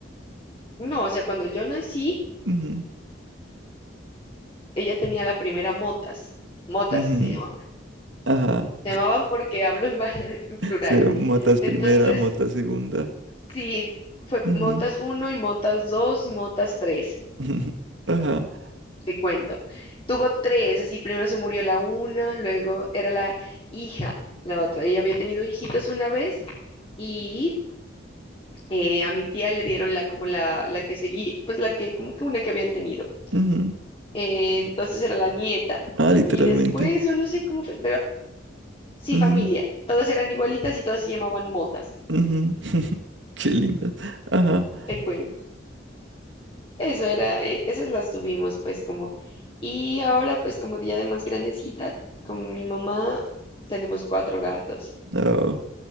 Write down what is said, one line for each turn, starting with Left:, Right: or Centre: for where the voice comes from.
Left: no, o sea, cuando yo nací,
Right: Ujú,
Left: ella tenía la primera motas, motas
Right: ujú.
Left: se llamaban,
Right: Ajá.
Left: se llamaban porque hablo en, va- <laughs> en plural,
Right: Fueron motas
Left: entonces,
Right: primera, mota segunda.
Left: sí, fue
Right: Ujú,
Left: motas uno y motas 2 y motas 3
Right: <laughs> ujú, Ajá.
Left: te cuento, tuvo tres, así, primero se murió la una, luego era la hija, la otra, ella había tenido hijitos una vez, y eh, a mi tía le dieron la como la, la que seguí, pues la que, como que una que habían tenido.
Right: ujú.
Left: Eh, entonces era la nieta.
Right: Ah, literalmente.
Left: Y después yo no sé cómo fue, pero sí,
Right: Ujú,
Left: familia. Todas eran igualitas y todas se llamaban motas,
Right: ujú. <laughs> Qué linda. Ajá.
Left: te cuento. Eso era, eh, esas las tuvimos pues como. Y ahora pues como ya de más grandecita, con mi mamá tenemos cuatro gatos.
Right: Oh.